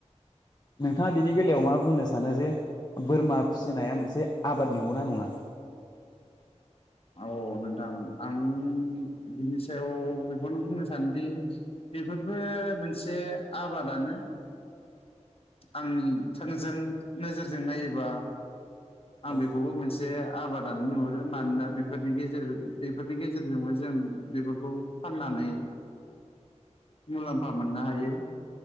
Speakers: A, on the left (about 35°); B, on the left (about 50°).
A: नोंथाङा बिनि बेलायाव मा बुंनो सानो जे बोरमा फिसिनाया मोनसे आबाद नंगौना नङा?
B: औ नोंथां आं बिनि सायाव बेखौनो बुंनो सानोदि बेफोरबो मोनसे आबादानो। आंनि थोंजों नोजोरजों नायोबा आं
A: औ
B: बेखौबो मोनसे आबाद दानो नुहुरो मानोना बेफोरनि गेजेर बेफोरनि गेजेरजोंबो जों बेफोरखौ फाननानै मुलाम्फा मोननो हायो।